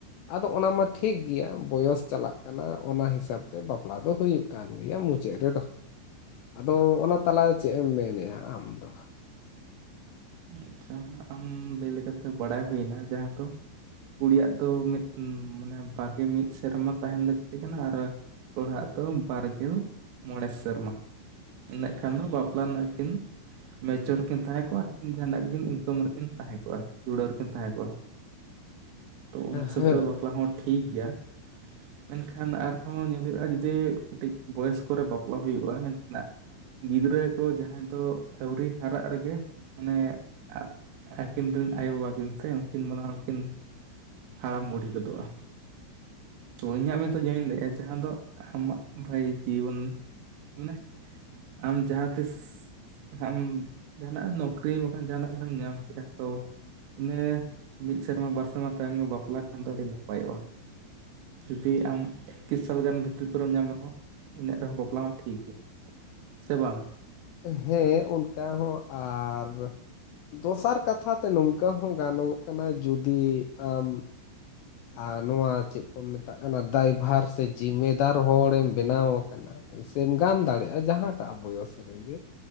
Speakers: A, on the left; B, on the right.
A: ᱟᱫᱚ ᱚᱱᱟ ᱢᱟ ᱴᱷᱤᱠ ᱜᱮᱭᱟ ᱵᱚᱭᱚᱥ ᱪᱟᱞᱟᱜ ᱠᱟᱱᱟ ᱚᱱᱟ ᱦᱤᱥᱟᱹᱵ ᱛᱮ ᱵᱟᱯᱞᱟ ᱫᱚ ᱦᱩᱭᱩᱜ ᱠᱟᱱ ᱜᱮᱭᱟ ᱢᱩᱪᱟᱹᱫ ᱨᱮᱫᱚ ᱟᱫᱚ ᱚᱱᱟ ᱛᱟᱞᱟ ᱪᱮᱫ ᱮᱢ ᱢᱮᱱᱮᱫᱼᱟ ᱟᱢ ᱫᱚ <unintelligible>
B: ᱟᱪᱪᱷᱟ ᱟᱢ ᱞᱟᱹᱭ ᱞᱮᱠᱟᱛᱮ ᱵᱟᱰᱟᱭ ᱦᱩᱭ ᱮᱱᱟ ᱡᱟᱦᱟᱸ ᱫᱚ ᱠᱩᱲᱤᱭᱟᱜ ᱫᱚ ᱢᱤᱫ ᱢᱟᱱᱮ ᱵᱟᱜᱮ ᱢᱤᱫ ᱥᱮᱨᱢᱟ ᱛᱟᱦᱮᱱ ᱞᱟᱹᱠᱛᱤ ᱠᱟᱱᱟ ᱟᱨ ᱠᱚᱲᱟ ᱟᱜ ᱫᱚ ᱵᱟᱨᱜᱮᱞ ᱢᱚᱬᱮ ᱥᱮᱨᱢᱟ ᱤᱱᱟᱹᱜ ᱠᱷᱟᱱ ᱫᱚ ᱵᱟᱯᱞᱟ ᱨᱮᱱᱟᱜ ᱠᱤᱱ ᱢᱮᱪᱭᱚᱨ ᱠᱤᱱ ᱛᱟᱦᱮᱸ ᱠᱚᱜᱼᱟ ᱟᱨᱠᱤᱱ ᱡᱟᱦᱟᱱᱟᱜ ᱜᱮᱱ ᱤᱱᱠᱟᱢ ᱨᱮᱠᱤᱱ ᱛᱟᱦᱮᱸ ᱠᱚᱜᱼᱟ᱾ ᱡᱩᱲᱟᱹᱣ ᱨᱮᱠᱤᱱ ᱛᱟᱦᱮᱸ ᱠᱚᱜᱼᱟ ᱛᱚ ᱚᱱᱟ ᱦᱤᱥᱟᱹᱵ
A: ᱦᱮᱸ
B: ᱛᱮᱫᱚ ᱵᱟᱯᱞᱟ ᱦᱚᱸ ᱴᱷᱤᱠ ᱜᱮᱭᱟ ᱢᱮᱱᱠᱷᱟᱱ ᱟᱨᱦᱚᱸ ᱧᱮᱞ ᱦᱩᱭᱩᱜᱼᱟ ᱡᱩᱫᱤ ᱠᱟᱹᱴᱤᱡ ᱵᱚᱭᱮᱥ ᱠᱚᱨᱮ ᱵᱟᱯᱞᱟ ᱦᱩᱭᱩᱜᱼᱟ <unintelligible> ᱜᱤᱫᱽᱨᱟᱹ ᱠᱚ ᱡᱟᱦᱟᱸᱭ ᱫᱚ ᱟᱹᱣᱨᱤ ᱦᱟᱨᱟᱜ ᱨᱮᱜᱮ ᱢᱟᱱᱮ ᱟ.... ᱟᱠᱤᱱ ᱨᱮᱱ ᱟᱭᱳᱵᱟᱵᱟ ᱠᱤᱱ ᱥᱮ ᱩᱱᱠᱤᱱ ᱵᱟᱱᱟ ᱦᱚᱲᱠᱤᱱ ᱦᱟᱲᱟᱢ ᱵᱩᱰᱦᱤ ᱜᱚᱫᱚᱜᱼᱟ᱾ ᱛᱚ ᱤᱧᱟᱹᱜ ᱢᱮᱛᱚᱜ ᱤᱧᱤᱧ ᱞᱟᱹᱭᱮᱜᱼᱟ ᱡᱟᱦᱟᱸ ᱫᱚ ᱟᱢᱟᱜ ᱵᱷᱟᱭ ᱡᱤᱵᱚᱱ ᱢᱟᱱᱮ ᱟᱢ ᱡᱟᱦᱟᱸ ᱛᱤᱥ... ᱱᱟᱦᱟᱜ ᱟᱢ ᱡᱟᱦᱟᱱᱟᱜ ᱱᱚᱠᱨᱤ ᱵᱟᱠᱷᱟᱱ ᱡᱟᱦᱟᱱᱟᱜ ᱜᱮᱢ ᱧᱟᱢ ᱠᱮᱫᱼᱟ ᱛᱚ ᱤᱱᱟᱹ ᱢᱤᱫ ᱥᱮᱨᱢᱟ ᱵᱟᱨ ᱥᱮᱨᱢᱟ ᱛᱟᱭᱚᱢ ᱜᱮ ᱵᱟᱯᱞᱟ ᱠᱷᱟᱱ ᱫᱚ ᱟᱹᱰᱤ ᱱᱟᱯᱟᱭᱚᱜᱼᱟ ᱡᱩᱫᱤ ᱟᱢ ᱮᱠᱤᱥ ᱥᱟᱞ ᱜᱟᱱ ᱵᱷᱤᱛᱤᱨ ᱠᱚᱨᱮᱢ ᱧᱟᱢ ᱨᱮᱦᱚᱸ ᱤᱱᱟᱹᱜ ᱨᱮᱦᱚᱸ ᱵᱟᱯᱞᱟ ᱢᱟ ᱴᱷᱤᱠ ᱜᱮᱭᱟ ᱥᱮ ᱵᱟᱝ ᱟ
A: ᱦᱮᱸ ᱚᱱᱠᱟ ᱦᱚᱸ ᱟᱨ ᱫᱚᱥᱟᱨ ᱠᱟᱛᱷᱟ ᱛᱮ ᱱᱚᱝ..... ᱠᱟᱹᱦᱩᱸ ᱜᱟᱱᱚᱜᱚᱜ ᱠᱟᱱᱟ ᱡᱩᱫᱤ ᱟᱢ ᱟᱨ ᱱᱚᱣᱟ ᱪᱮᱫ ᱠᱚ ᱢᱮᱛᱟᱜ ᱠᱟᱱᱟ ᱫᱟᱭᱵᱷᱟᱨ ᱥᱮ ᱡᱤᱢᱮᱫᱟᱨ ᱦᱚᱲᱮᱢ ᱵᱮᱱᱟᱣ ᱟᱠᱟᱱᱟ ᱥᱮᱢ ᱜᱟᱱ ᱫᱟᱲᱮᱭᱟᱜᱼᱟ ᱡᱟᱦᱟᱸᱴᱟᱜ ᱵᱚᱭᱚᱥ ᱨᱮᱜᱮ